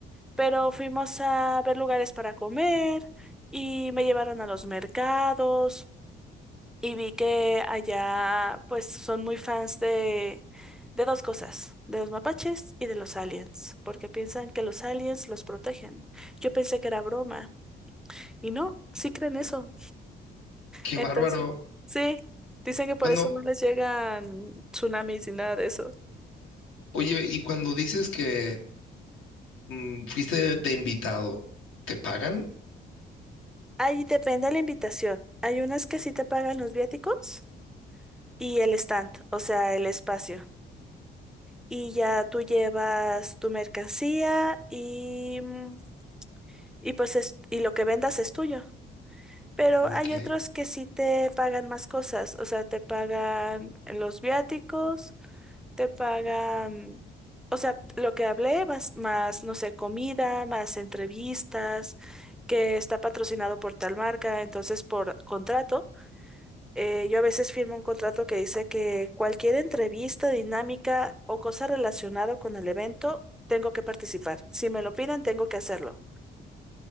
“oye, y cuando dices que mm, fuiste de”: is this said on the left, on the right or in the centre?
Left